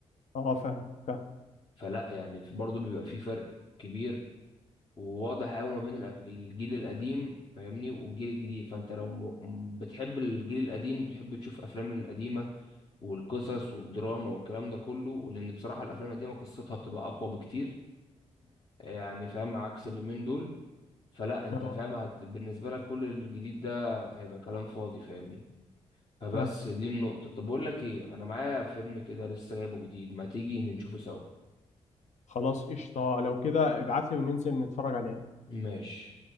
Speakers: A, on the left; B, on the left.
A: اه آه، فاهم فاهم
B: فلا يعني برضه بيبقى في فرق كبير وواضح قوي ما بين الأب- الجيل القديم فاهمني والجيل الجديد فانت لو م- م- بتحب الجيل القديم وبتحب تشوف افلام القديمه والقصص والدراما والكلام ده كله ولان بصراحه الافلام القديمه قصتها بتبقى اقوى بكتير يعني فاهم عكس اليومين دول فلا انت
A: اه
B: فاهم هت... بالنسبه لك كل الجديد ده فهيبقى كلام فاضي فاهمني فبس
A: فاهم
B: دي النقطه طب اقول لك ايه انا معايا فيلم كده لسه جايبه جديد ما تيجي نشوفه سوا
A: خلاص قشطه لو كده ابعت لي وننزل نتفرج عليه
B: ماشي